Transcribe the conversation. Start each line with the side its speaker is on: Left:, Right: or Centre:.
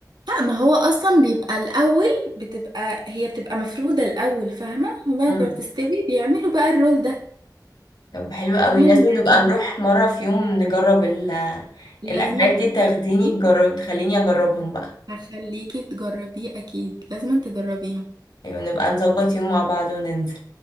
Right: لا ما هو اصلا بيبقى الاول بتبقى هي بتبقى مفرودة الاول فاهمة وبعد
Left: امم
Right: ما بتستوي بيعملوا بقى الرول ده
Left: طب حلو قوي
Right: فانا
Left: لازم
Right: يعني
Left: نبقى نروح مره في يوم نجرب ال
Right: لازم
Left: الاكلات
Right: تجربيه
Left: دي تاخديني تجرب تخليني اجربهم بقى
Right: هخليكي تجربيه اكيد لازم تجربيها
Left: ايوه نبقى نظبط يوم مع بعض وننزل